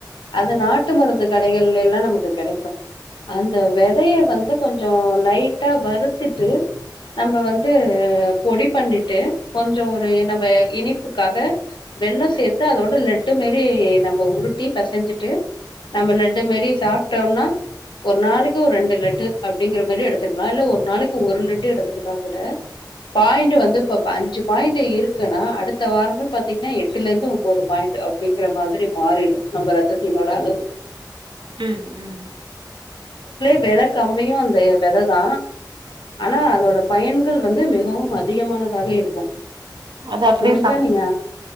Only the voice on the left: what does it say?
அது நாட்டு மருந்து கடைகள் எல்லாம் நமக்கு கெடைக்கும் அந்த விதைய வந்து கொஞ்சம் லைட்டா வருறுத்தட்டு நம்ம வந்து பொடி பண்ணி டே கொஞ்சம் ஒரு நம்ம இனிப்புக்காக வெள்ளம் சேர்த்து அதோட லட்டு மரி நம்ம உருட்டி பசஞ்சிட்டு நம்ம லட்டு மரி சாப்பிட்டோம்னா ஒரு நாளைக்கு ஒரு ரெண்டு லட்டு அப்டிங்கிற மாதிரி எடுத்துக்கலாம் இல்ல ஒரு நாளைக்கு ஒரு லட்டு எடுத்துக்கிட்டா கூட பாயிண்ட வந்து ப்பப் இ அஞ்சு பாயிண்ட் இருக்குன்னா அடுத்த வாரமே பாத்தீங்கன்னா எட்டுல இருந்து ஒன்பது பாயிண்ட் அப்டிங்கிற மாரி மாறிடும் நம்ம ரத்தத்தினோட அளவு
வில கம்மியும் அந்த விதை தான் ஆனா அதோட பயன்கள் வந்து மிகவும் அதிகமான <inaudible> இருக்கும்
முடிச்ச
நீங்க